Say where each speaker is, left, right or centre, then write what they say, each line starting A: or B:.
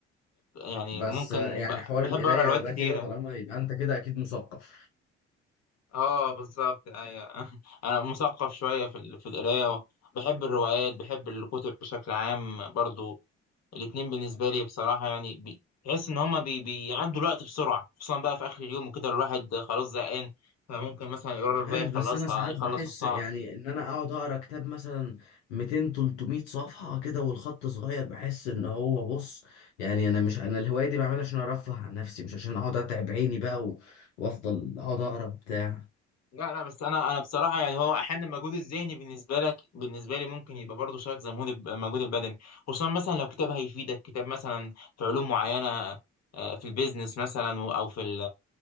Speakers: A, on the left; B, on the left.
A: يعني
B: بس
A: ممكن
B: آه، يعني
A: ب-
B: حوار
A: بحب
B: القراية
A: اقرا روايات
B: ده
A: كتيره
B: كده طالما يبقى أنت كده أكيد مثقف
A: اه بالظبط ايوه <laughs> انا مثقف شويه في ال- في القرايه بحب الروايات بحب الكتب بشكل عام برضو الاتنين بالنسبة لي بصراحة يعني بي- تحس إن هما بي... بيعدوا الوقت بسرعة خصوصا بقى في آخر اليوم وكده الواحد خلاص زهقان فممكن مثلا يقرر
B: مش
A: بقى
B: عارف
A: يخلصها
B: بس انا ساعات
A: يخلص
B: بحس
A: الساعة
B: يعني ان انا اقعد اقرا كتاب مثلا 200 300 صفحه كده والخط صغير بحس ان هو بص يعني انا مش انا الهوايه دي بعملها عشان ارفه عن نفسي مش عشان اقعد اتعب عيني بقى و... وافضل اقعد اقرا بتاع
A: لا لا بس أنا أنا بصراحة يعني هو أحيانا المجهود الذهني بالنسبة لك بالنسبة لي ممكن يبقى برضه شايف زي المجهود الب- المجهود البدني خصوصا مثلا لو كتاب هيفيدك كتاب مثلا في علوم معينة آه، في البيزنس مثلا و- أو في ال...